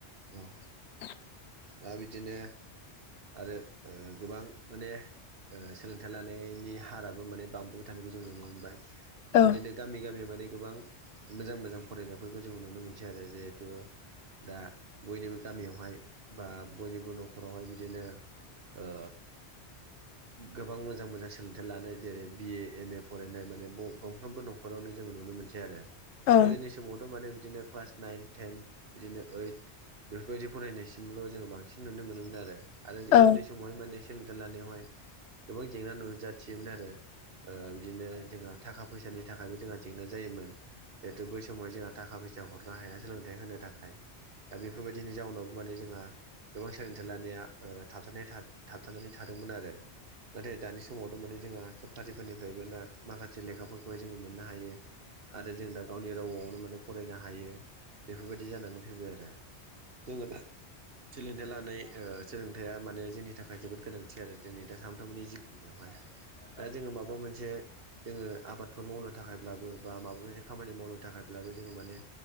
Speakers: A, on the right; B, on the left.
A: औ
B: <inaudible>
A: दा बिदिनो आरो ओ गोबां माने सोलोंथाइ लानायनि हाराबो माने बांबोबाय थानायखौ जों नुनो मोनबाय दा
B: औ
A: बिदिनो गामि गामि माने गोबां मोजां मोजां फरायनायफोरखौ जों नुनो मोनसै आरो जिहेथु दा बयनिबो गामियावहाय बा बयनिबो न'खरावहाय बिदिनो ओ गोबां मोजां मोजां सोलोंथाइ लानाय जेरै बि ए एम ए फरायनाय माने गंफ्रोमबो न' न'खरावनो जोङो नुनो मोनसै आरो
B: औ
A: गोदोनि समावथ' माने बिदिनो क्लास नाइन टेन बिदिनो ओइद बेफोरबायदि फरायनाय सि मल' जोङो बांसिन नुनो मोनोमोन आरो
B: औ
A: गोदोनि समावहाय माने सोलोंथाइ लानायावहाय गोबां जेंना नुजाथियोमोन आरो ओ बिदिनो जोंहा थाखा फैसानि थाखायबो जोंहा जेंना जायोमोन जिहेतु बै समावहाय जोंहा थाखा फैसा हरनो हाया सोलोंथाइ होनो थाखाय दा बेफोरबायदिनि जाउनाव माने जोंहा गोबां सोलोंथाइ लानाया ओ थाबथा थाबथानानै थादोंमोन आरो नाथाय दानि समावथ' माने जोङो सरकारिफोरनिफ्रायबो माखासे लेखाफोरखौहाय जोङो मोननो हायो आरो जों दा गावनि रावआवनो माने फरायनो हायो बेफोरबायदि जानानै फैबाय आरो जोङो दा <unintelligible> लानाय ओ सोलोंथाइआ माने जोंनि थाखाय जोबोद गोनांथि आरो जोंनि दा सानफ्रामबोनि जिउ आवहाय दा जोङो माबा मोनसे जोङो आबादफोर मावनो थाखायब्लाबो बा माबा मोनसे खामानि मावनो थाखायब्लाबो जोङो माने